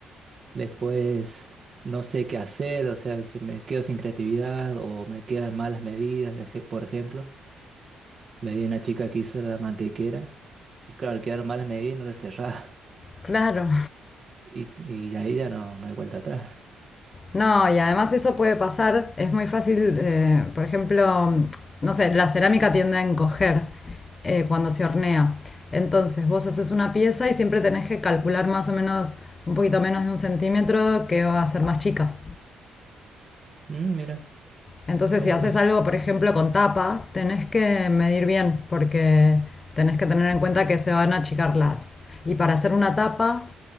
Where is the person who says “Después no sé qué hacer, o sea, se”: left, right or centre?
Right